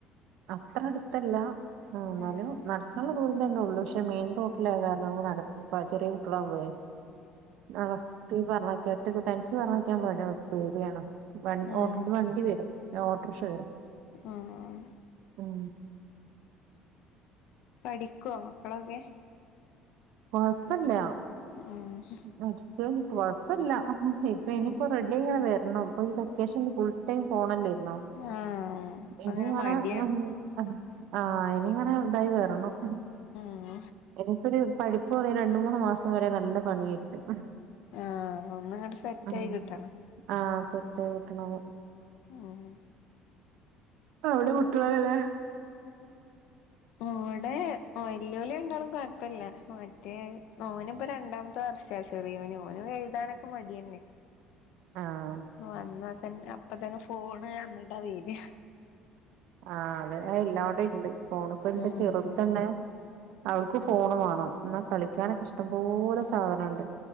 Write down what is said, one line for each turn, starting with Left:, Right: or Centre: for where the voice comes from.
Right: അത്ര എടുത്തല്ല ഏഹ് ഇന്നാലും
Left: ആഹ്
Right: ന ടക്കാളെ ദൂരം തന്നെ ഒള്ളൂ പക്ഷെ മെയിൻ റോഡിലായ കാരണം നട ചെറിയ കുട്ടികളാവുമ്പളേ ആഹ് <unintelligible> തനിച്ച് പറഞ്ഞാച്ചാൻ ഭയങ്കര പേടിയാണ് വൻ
Left: ആഹ്
Right: ഓട്ട് ഇത് വണ്ടി വരും ഓട്ടർക്ഷ വരും
Left: ആഹ്.
Right: ഹ്മ്മ്
Left: പഠിക്കോ മക്കളൊക്കെ
Right: കൊഴപ്പല്ല
Left: ഹ്മ്മ്.
Right: പഠിച്ചോച്ചാ കൊഴപ്പല്ല ഇപ്പ
Left: ഉം
Right: ഇനിയിപ്പ റെഡിയായി ഇങ്ങനെ വരണം ഇപ്പ ഈ വെക്കേഷനില് ഫുൾ ഫുൾ ടൈം ഫോണല്ലേയിരുന്നോ
Left: ആഹ് അപ്പ
Right: ഇനിയാണ്
Left: അങ്ങനെ മടിയാണ്
Right: <unintelligible> ആഹ് ഇനി ഇങ്ങനെ ഇതായി വരണം
Left: ഉം
Right: എനിക്കൊരു പഠിച്ചോ പറയാ ഈ രണ്ട് മൂന്ന് മാസം വരെ നല്ല പണിയായിരിക്കും
Left: ആഹ് ഒന്ന് ഇങ്ങട്ട് സെറ്റായി
Right: ഉം
Left: കിട്ടണം
Right: ആഹ് സെറ്റായി കിട്ടണം.
Left: ആഹ്
Right: അവിടെ കുട്ടികളെങ്ങനെ
Left: ഓടെ വെല്ലുവിളി ഉണ്ടോളും കുഴപ്പില്ല മറ്റേ ഓനിപ്പൊ രണ്ടാമത്തെ വർഷ ഷാ ചെറിയോൻ ഓൻ എഴുതാനൊക്കെ മടിയന്നെ
Right: ആഹ്
Left: വന്നാ തന്നെ അപ്പ തന്നെ ഫോണ് എന്നിട്ട വര്യാ
Right: ആഹ് അത് എല്ലാടെ ഇണ്ട് ഫോണിപോ എന്റെ
Left: ഉം
Right: ചെറുതെന്നെ അവൾക്ക് ഫോണ് വാണം എന്നാ കളിക്കാനൊക്കെ ഇഷ്ടപോലെ സാധനണ്ട്